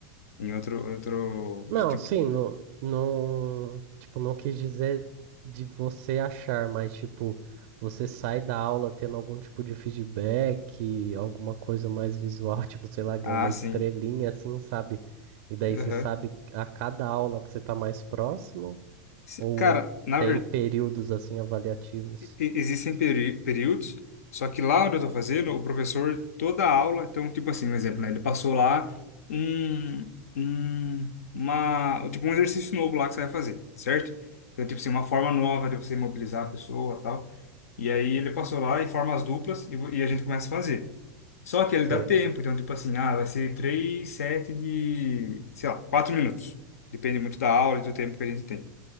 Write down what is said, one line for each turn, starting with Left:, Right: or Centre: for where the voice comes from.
Left: Em outro, outro,
Right: Não,
Left: tipo,
Right: sim, não, não, tipo, não quis dizer de você achar, mas tipo, você sai da aula tendo algum tipo de feedback, alguma coisa mais visual, <laughs> tipo, sei lá, ganha
Left: ah,
Right: uma
Left: sim.
Right: estrelinha assim, sabe? E daí
Left: Aham.
Right: você sabe a cada aula que você tá mais próximo,
Left: Se-
Right: ou
Left: Cara, na
Right: tem períodos assim avaliativos.
Left: e- existem peri- períodos, só que lá onde eu tô fazendo, o professor, toda a aula, então, tipo assim, um exemplo, né? Ele passou lá um, um, uma, tipo um exercício novo lá que você vai fazer, certo? Então, tipo assim, uma forma nova de você mobilizar a pessoa e tal. E aí ele passou lá e forma as duplas e, vo- e a gente começa a fazer. Só que ele
Right: Sei.
Left: dá tempo, então, tipo assim, ah, vai ser três, sete de, sei lá, quatro minutos. Depende muito da aula e do tempo que a gente tem.